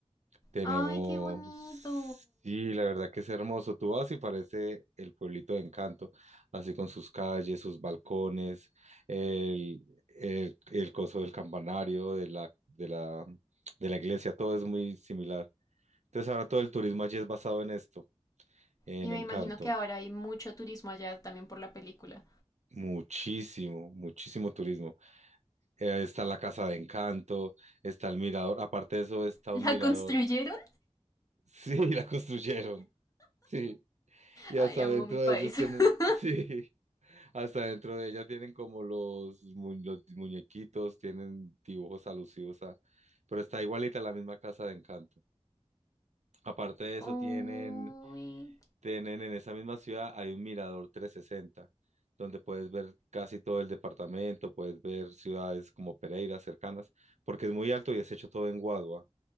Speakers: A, on the right; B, on the left.
A: Tenemos,
B: ay, qué bonito.
A: sí, la verdad que es hermoso. Tú vas y parece el pueblito de Encanto, así con sus calles, sus balcones, el, el, el coso del campanario, de la, de la, de la iglesia, todo es muy similar. Entonces ahora todo el turismo allí es basado en esto, en
B: Y me
A: Encanto.
B: imagino que ahora hay mucho turismo allá también por la película.
A: Muchísimo, muchísimo turismo. Eh, está la casa de Encanto, está el mirador, aparte de eso está
B: ¿La
A: un mirador.
B: construyeron?
A: Sí, <laughs> la construyeron. Sí. Y
B: Ay,
A: hasta
B: amo
A: dentro
B: mi país.
A: de ellos tienen,
B: <laughs>
A: <laughs> sí, hasta dentro de ella tienen como los, mu- los muñequitos, tienen dibujos alusivos a, pero está igualita la misma casa de Encanto. Aparte de eso,
B: Uy,
A: tienen, tienen en esa misma ciudad hay un mirador 360 donde puedes ver casi todo el departamento, puedes ver ciudades como Pereira cercanas, porque es muy alto y es hecho todo en Guadua,